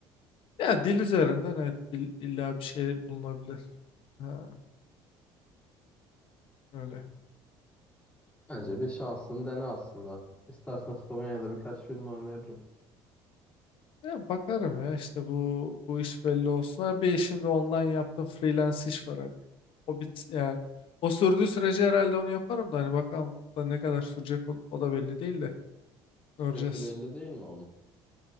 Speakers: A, on the left (about 60°); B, on the left (about 15°).
A: ya dil üzerinden evet, il- illa bir şey bulunabilir. Ha, öyle.
B: Bence bir şansın dene aslında. İstersen Slovenya'da birkaç firma öneririm.
A: Ya bakarım ya işte bu bu iş belli olsun. Ha, Bir şimdi online yaptığım freelance iş var hani. O bit yani o sürdüğü sürece herhalde onu yaparım da hani bakalım da ne kadar sürecek o, o da belli değil de
B: Süresi
A: göreceğiz.
B: belli değil mi onun?